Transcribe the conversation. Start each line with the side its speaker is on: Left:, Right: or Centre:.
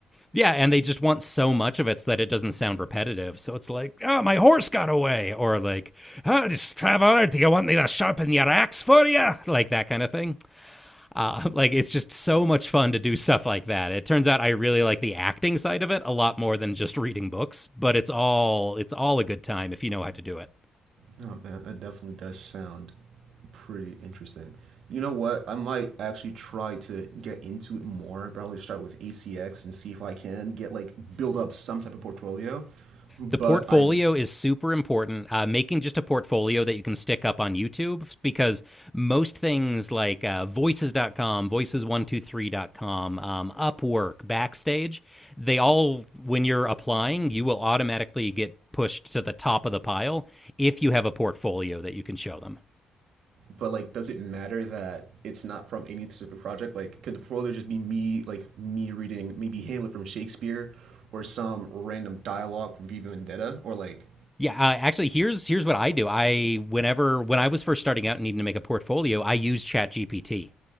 Centre: Yeah, and they just want so much of it so that it doesn't sound repetitive. So it's like, oh, my horse got away, or like, oh, just traveler, do you want me to sharpen your axe for you? Like that kind of thing. Uh, <laughs> like it's just so much fun to do stuff like that. It turns out I really like the acting side of it a lot more than just reading books, but it's all it's all a good time if you know how to do it.
Right: No, man, that definitely does sound pretty interesting. You know what? I might actually try to get into it more. Probably start with ACX and see if I can get like build up some type of portfolio. But
Centre: The portfolio
Right: I'm,
Centre: is super important. Uh, making just a portfolio that you can stick up on YouTube because most things like uh, Voices dot com, voices123.com, one two three dot com, um, Upwork, Backstage, they all, when you're applying, you will automatically get pushed to the top of the pile if you have a portfolio that you can show them.
Right: but like, does it matter that it's not from any specific project? Like, could the portfolio just be me, like me reading maybe Hamlet from Shakespeare, or some random dialogue from Viva Vendetta, or like,
Centre: Yeah, uh, actually, here's here's what I do. I whenever when I was first starting out and needing to make a portfolio, I used ChatGPT